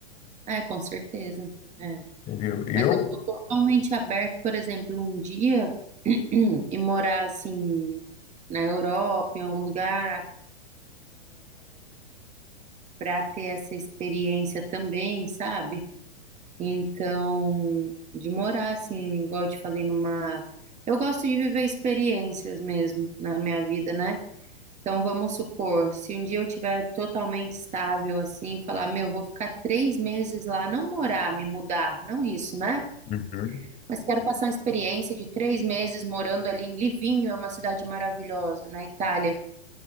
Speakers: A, on the right (about 20°); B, on the left (about 25°).
A: é, com certeza. É.
B: Entendeu? Eu,
A: Mas eu estou totalmente aberta, por exemplo, um dia <clears throat> e morar assim na Europa, em algum lugar, para ter essa experiência também, sabe? Então, de morar assim, igual eu te falei, numa. Eu gosto de viver experiências mesmo na minha vida, né? Então, vamos supor, se um dia eu tiver totalmente estável assim, falar, meu, vou ficar três meses lá, não morar, me mudar, não isso, né?
B: Uhum,
A: Mas quero passar uma experiência de três meses morando ali em Livinho, é uma cidade maravilhosa, na Itália.